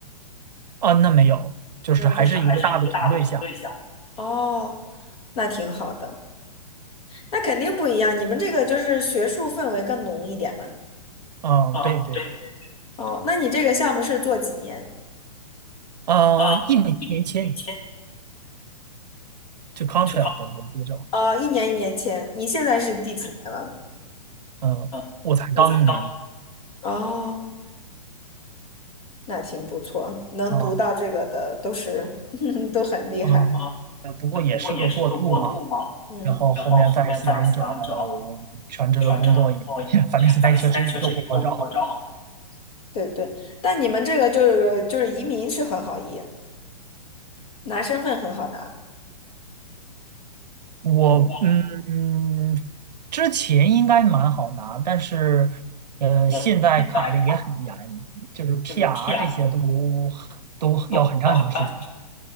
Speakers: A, on the right; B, on the left.
A: 啊，那没有，就是还是一个大的团队下，
B: 就嗯，就是还是一个大的团队下。哦，那挺好的，那肯定不一样。你们这个就是学术氛围更浓一点嘛。
A: 嗯，
B: 啊、
A: 对对对，
B: 对对对，哦，那你这个项目是做几年？
A: 呃，
B: 啊、
A: 一年一年签
B: 一年一签
A: 就 contract
B: 就好
A: 的那种，
B: 哦，一年一年签，你现在是第几年了？
A: 嗯，
B: 嗯、
A: 我才刚一年嘛。
B: 我才刚哦，那挺不错，能读啊到啊这个的都是
A: 啊，
B: <laughs> 都很厉害。
A: 嗯，呃不过也是个过渡嘛。
B: 不过也是个过渡嘛。嗯然后后面再想安找
A: 然后后面再想找全职的工作也，
B: 全职的工作，
A: <laughs> 反正现在确实也都不好找。
B: 反正现在确实也都不好找。对对，但你们这个就是就是移民是很好移，拿身份很好拿。
A: 我嗯，
B: 我
A: 之前应该蛮好拿，但是呃，
B: 的现在
A: 现在卡的也很严，就是 PR
B: 就是 PR
A: 这些都都要很长很长时间。
B: 都都还办，